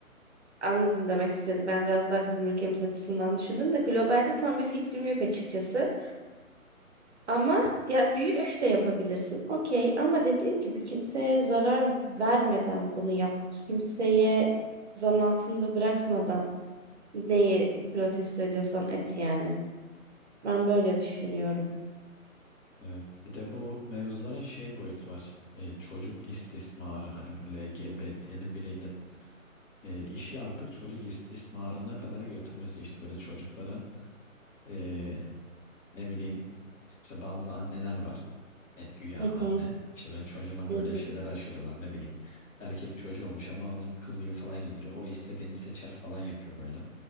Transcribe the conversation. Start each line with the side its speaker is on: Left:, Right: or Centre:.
Right: anladım demek istedi. Ben biraz daha bizim ülkemiz açısından düşündüm de globalde tam bir fikrim yok açıkçası. Ama ya yürüyüş de yapabilirsin. Okey ama dediğim gibi kimseye zarar vermeden bunu yap. Kimseye zan altında bırakmadan neyi protesto ediyorsan et yani. Ben böyle düşünüyorum.
Left: Evet. Bir de bu mevzuların şey boyutu var. E, çocuk istismarı hani bu LGBT'li bireyleri e, işi artık çocuk is- istismarına kadar götürmesi işte böyle çocuklara e, ne bileyim işte bazı anneler var e, güya
Right: Hı
Left: anne
Right: hı,
Left: işte böyle çocuğuna
Right: hı
Left: böyle
Right: hı.
Left: şeyler aşılıyorlar ne bileyim erkek çocuğu olmuş ama onu kız gibi falan giydiriyor o istediğini seçer falan yapıyor böyle